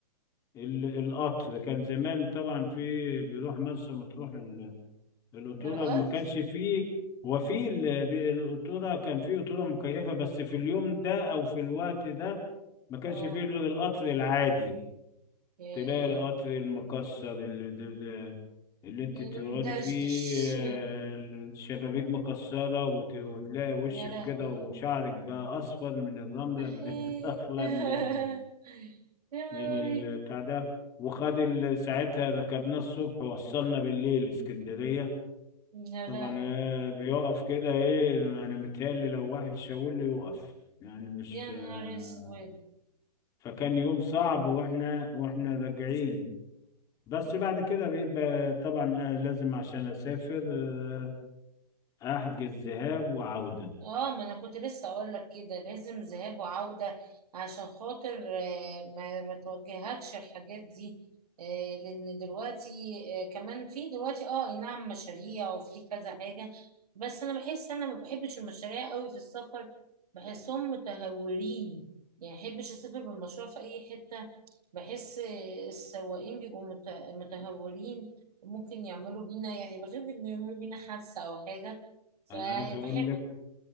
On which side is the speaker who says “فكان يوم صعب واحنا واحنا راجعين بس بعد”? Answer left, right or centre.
Left